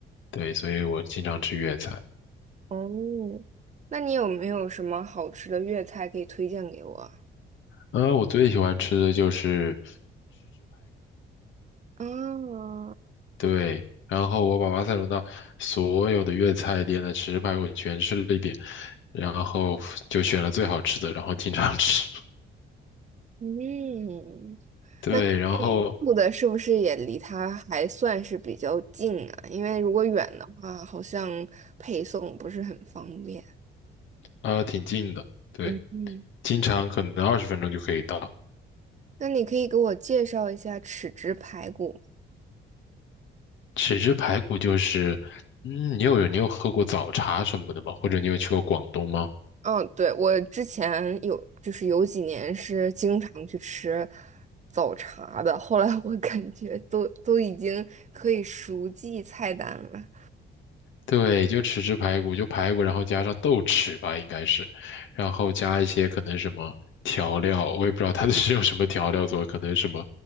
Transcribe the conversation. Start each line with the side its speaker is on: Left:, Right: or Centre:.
Left: 对，所以我经常吃粤菜。
Right: 哦，那你有没有什么好吃的粤菜可以推荐给我啊？
Left: 嗯，我最喜欢吃的就是
Right: 啊
Left: 对，然后我把巴塞罗那所有的粤菜店的豉汁排骨全吃了一遍，然后就选了最好吃的，然后经常吃。
Right: 嗯，
Left: <laughs> 对，
Right: 那看来你住的是不是也离它还算是比较近啊？
Left: 然后
Right: 因为如果远的话，好像配送不是很方便。
Left: 呃挺近的，对，
Right: 嗯嗯，
Left: 经常可能二十分钟就可以到。
Right: 那你可以给我介绍一下豉汁排骨
Left: 豉汁排骨就是，嗯，你有你有喝过早茶什么的吗？或者你有去过广东吗？
Right: 嗯，对，我之前有，就是有几年是经常去吃早茶的，后来我 <laughs> 感觉都都已经可以熟记菜单了。
Left: 对，就豉汁排骨，就排骨，然后加上豆豉吧，应该是，然后加一些可能什么调料，我也不知道它 <laughs> 是用什么调料做，可能什么，